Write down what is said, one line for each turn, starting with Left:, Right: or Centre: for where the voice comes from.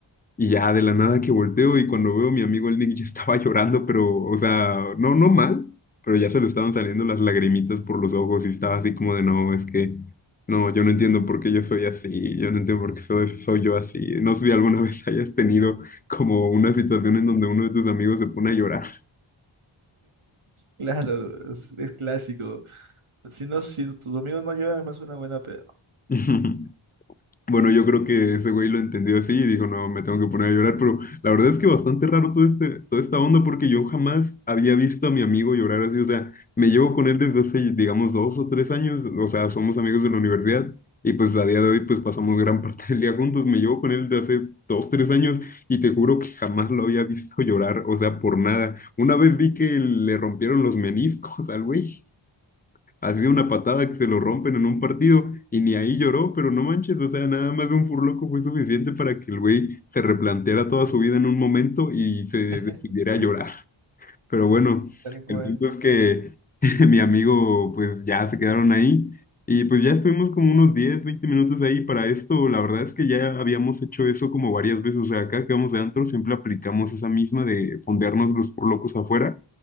Left: Y ya de la nada que volteo y cuando veo a mi amigo el Nick ya estaba llorando, pero, o sea, no, no mal, pero ya se le estaban saliendo las lagrimitas por los ojos y estaba así como de, no, es que, no, yo no entiendo por qué yo soy así, yo no entiendo por qué soy, soy yo así. No sé si alguna <laughs> vez hayas tenido como una situación en donde uno de tus amigos se pone a llorar.
Right: Claro, es, es clásico. Si no, si tus amigos no llevan, no es una buena peda.
Left: <laughs> Bueno, yo creo que ese güey lo entendió así y dijo, no, me tengo que poner a llorar, pero la verdad es que bastante raro todo este, toda esta onda porque yo jamás había visto a mi amigo llorar así, o sea, me llevo con él desde hace, digamos, dos o tres años, o sea, somos amigos de la universidad y pues a día de hoy pues pasamos gran <laughs> parte del día juntos, me llevo con él desde hace dos, tres años y te juro que jamás lo había visto llorar, o sea, por nada. Una vez vi que le rompieron los meniscos <laughs> al güey. Así de una patada que se lo rompen en un partido y ni ahí lloró, pero no manches, o sea, nada más de un furloco fue suficiente para que el güey se replanteara toda su vida en un momento y se
Right: <laughs>
Left: decidiera a llorar. Pero bueno,
Right: Tal cual.
Left: el punto es que <laughs> mi amigo, pues ya se quedaron ahí y pues ya estuvimos como unos 10 20 minutos ahí para esto. La verdad es que ya habíamos hecho eso como varias veces, o sea, acá que vamos de antro siempre aplicamos esa misma de fondearnos los furlocos afuera